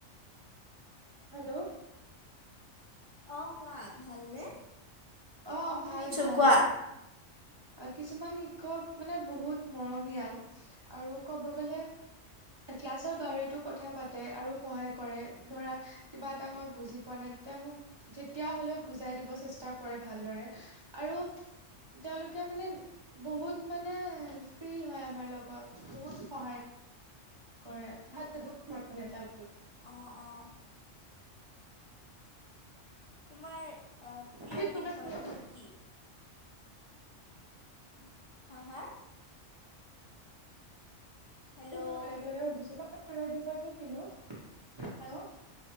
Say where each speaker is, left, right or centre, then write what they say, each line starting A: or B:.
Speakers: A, on the right; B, on the left.
A: হেল্ল'?
B: অ'! কোৱা, ভালনে?
A: অ'!
B: শুনিছোঁ
A: ভাল, ভাল।
B: কোৱা
A: কিছুমান শিক্ষক মানে, বহুত মৰমীয়াল। আৰু ক'ব গ'লে, ক্লাছৰ বাহৰিতো কথা পাতে আৰু সহায় কৰে। ধৰা, কিবা এটা মই বুজি পোৱা নাই, তেতিয়া মোক, যেতিয়া হ'লেও বুজাই দিব চেষ্টা কৰে ভালদৰে। আৰু তেওঁলোকে মানে, বহুত মানে, ফ্ৰী হয় আমাৰ লগত, বহুত সহায় কৰে। ভাল, বহুত মৰমীয়াল তেওঁলোক!
B: অ' অ'! তোমাৰ আঁ প্ৰিয়
A: কি তোমাৰ
B: বিষয়টো
A: প্ৰিয়
B: কি?
A: <inaudible>
B: হা, হা? হেল্ল'
A: <unintelligible> সুধিছো! তোমাৰ বিষয়টো কিনো? হেল্ল'!